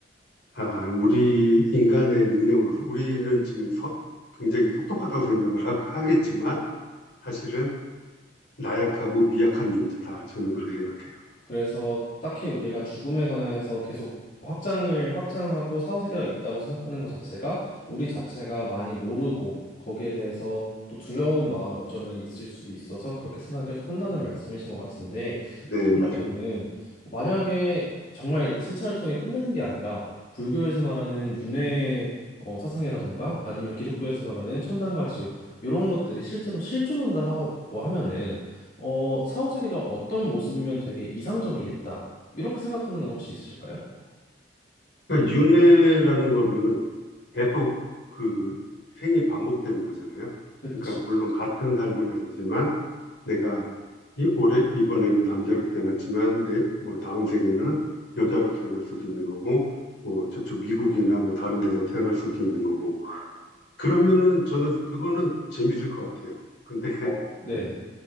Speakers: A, on the left; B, on the left.
A: 아, 우리 인간의 능력으로서 우리는 지금 서- 굉장히 똑똑하다고 생각을 하- 하겠지만, 사실은 나약하고 미약한 존재다. 저는 그렇게 생각해요.
B: 그래서 딱히 우리가 죽음에 관해서 계속 확장을 확장하고 사후세계가 있다고 생각하는 것 자체가 우리 자체가 많이 모르고 거기에 대해서 또 두려운 마음이 어쩌면 있을 수도 있어서 그렇게 생각을 계속 한다는 말씀이신 것 같은데
A: 네,
B: 그러면은
A: 맞아요.
B: 만약에 정말 이렇게 신체활동이 끝나는 게 아니라 불교에서 말하는 윤회 어, 사상이라던가 아니면 기독교에서 말하는 천당과 지옥 이런 것들이 실제로 실존한다고 하면은 어, 사후세계가 어떤 모습이면 되게 이상적이겠다. 이렇게 생각하는 건 혹시 있으실까요?
A: 그러니까 윤회라는 거는 계속 그 생이 반복되는 거잖아요.
B: 그쵸.
A: 그러니까 물론 같은 삶은 아니지만 내가 이 올해 이번에는 남자로 태어났지만 내 뭐 다음 생에는 여자로 태어날 수도 있는 거고 뭐 저쪽 미국이나 뭐 다른 데서 태어날 수도 있는 거고 그러면은 저는 그거는 재밌을 것 같아요. 근데 <laughs>
B: 어, 네,